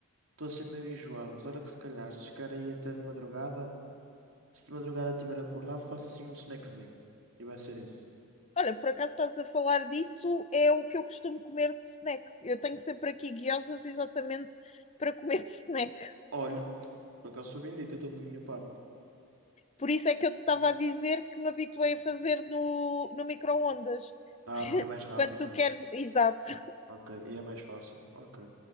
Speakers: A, on the right; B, on the left.
A: Estou assim meio enjoado, mas olha que se calhar, se ficar aí até de madrugada, se de madrugada estiver acordado, faço assim um snackzinho. E vai ser isso.
B: Olha, por acaso estás a falar disso, é o que eu costumo comer de snack. Eu tenho sempre aqui guiosas exatamente para comer de snack.
A: Olha, por acaso sou bendito, então da minha parte.
B: Por isso é que eu te estava a dizer que me habituei a fazer no, no micro-ondas.
A: Ah, porque é mais rápido,
B: Quando tu
A: né?
B: queres. Exato,
A: Ok, e é mais fácil. Ok.